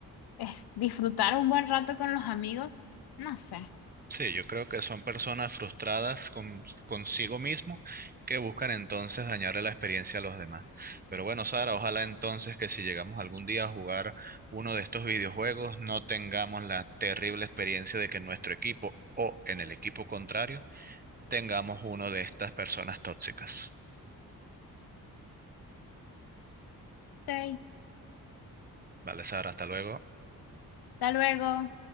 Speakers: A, on the left; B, on the right.
A: es disfrutar un buen rato con los amigos, no sé.
B: Sí, yo creo que son personas frustradas con, consigo mismo que buscan entonces dañarle la experiencia a los demás. Pero bueno, Sara, ojalá entonces que si llegamos algún día a jugar uno de estos videojuegos, no tengamos la terrible experiencia de que en nuestro equipo o en el equipo contrario tengamos uno de estas personas tóxicas.
A: Ok,
B: Vale, Sara, hasta luego.
A: hasta luego.